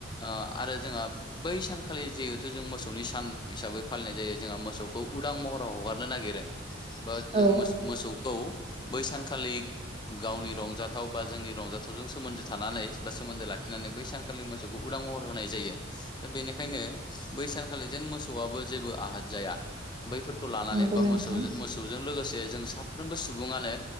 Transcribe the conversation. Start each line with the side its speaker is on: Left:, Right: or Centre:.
Left: आ आरो जोंहा बै सानखालि जिहेथु जों मोसौनि सान हिसाबै फालिनाय जायो। जोंहा मोसौखौ उदां महराव हगारनो नागिरो। बा जों
Right: औ
Left: मो मोसौ खौ बै सानखालि गावनि रंजाथाव बा जोंनि रंजाथावजों सोमोन्दो थानानै बा सोमोन्दो लाखिनानै बै सानखालि मोसौखौ उदां महर होनाय जायो। दा बेनिखायनो बै सानखालि जेन मोसौआबो जेबो आहाद जाया बैफोरखौ लानानै
Right: नंगौ
Left: बा
Right: नोंथां
Left: मोसौ मोसौजों लोगोसे जों साफ्रोमबो सु सुबुङानो